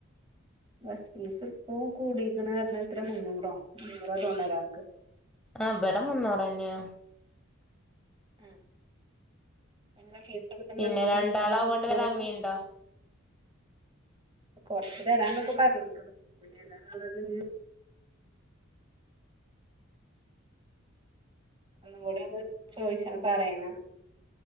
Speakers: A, on the right (about 25°); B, in the centre.
A: ബസ് ഫീസ് ഇപ്പൊകൂടിക്കണ്റ്ഞ്ഞ് എത്ര മുന്നൂറോ തൊന്ന ഒരാൾക്ക്
B: ആഹ് ഇവിടെ മുന്നൂര്ന്നെയ
A: ആഹ് എങ്ങനെ ഫീസ് എടുക്കാ
B: പിന്നെ രണ്ടാളാവോണ്ട്
A: പഠിച്ചനതാ സ്കൂളൊക്കെ
B: വല്ല കമ്മിയുണ്ടോ
A: കൊറച്ചു തരാനോക്കെ പറഞ്ഞിക്ണ് ഇഞ്ഞെദാ ഇത് ഇത് ഒന്നുകൂടി ഒന്ന് ചോദിച്ചണം പറയണം